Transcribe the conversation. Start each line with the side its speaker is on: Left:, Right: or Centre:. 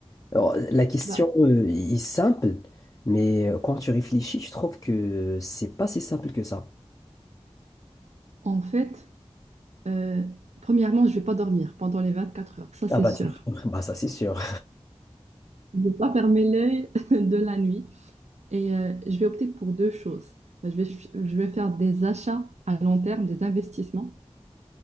Left: Alors, la question
Right: Bah,
Left: euh, est simple, mais euh, quand tu réfléchis, je trouve que c'est pas si simple que ça.
Right: en fait, euh, premièrement, je vais pas dormir pendant les 24 heures, ça c'est
Left: Ah bah
Right: sûr.
Left: c'est sûr. Bah ça c'est sûr.
Right: Je vais pas fermer l'œil <laughs> de la nuit et euh, je vais opter pour deux choses. Bah, je vais, je vais faire des achats à long terme, des investissements